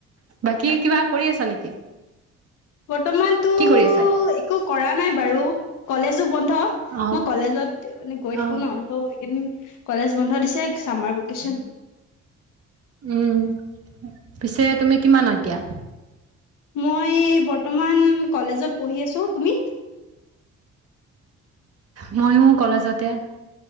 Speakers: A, on the right (about 50°); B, on the left (about 80°).
A: বাকী কিবা কৰি আছা নেকি?
B: বৰ্তমান তো
A: কি কৰি আছা?
B: একো একো কৰা নাই বাৰু, কলেজো বন্ধ।
A: অ
B: মই কলেজত মানে গৈ
A: অ
B: থাকো ন ত' এইকেইদিন কলেজ বন্ধ দিছে চামাৰ ভেকেচন
A: উম, পিছে তুমি কিমানত এতিয়া?
B: মই বৰ্তমান কলেজত পঢ়ি আছোঁ, তুমি?
A: মইয়ো কলেজতে